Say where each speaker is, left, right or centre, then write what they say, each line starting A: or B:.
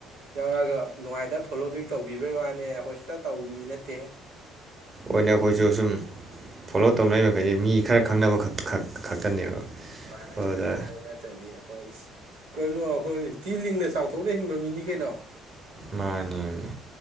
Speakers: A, on the right; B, on the right.
A: ꯌꯥꯎꯔꯒ ꯅꯨꯡꯉꯥꯏꯇꯕ ꯐꯣꯂꯣ ꯕꯦꯛ ꯇꯧꯕꯤꯕꯩ ꯋꯥꯅꯦ ꯑꯈꯣꯏ ꯁꯨꯆ ꯇꯧ ꯃꯤ ꯅꯠꯇꯦꯍꯦ
B: ꯑꯣꯏꯅ ꯑꯈꯣꯏꯁꯨ ꯁꯨꯝ ꯐꯣꯂꯣ ꯇꯧꯅꯔꯤꯕ ꯃꯈꯩꯗꯤ ꯃꯤ ꯈꯔ ꯈꯪꯅꯕꯛ ꯈꯛ ꯈꯛ ꯈꯛꯇꯅꯦꯕ
A: ꯃꯥꯅꯦ
B: ꯑꯗꯨꯗ
A: ꯃꯥꯅꯦ ꯑꯗ ꯅꯠꯗꯗꯤ ꯍꯣꯏ ꯏꯁ ꯀꯩꯅꯣ ꯑꯈꯣꯏ ꯏꯁ ꯊꯤ ꯂꯤꯡꯅ ꯆꯥꯎꯊꯣꯛꯅ ꯍꯤꯡꯕ ꯃꯤꯅꯤ ꯀꯩꯅꯣ
B: ꯃꯥꯅꯦꯃꯤ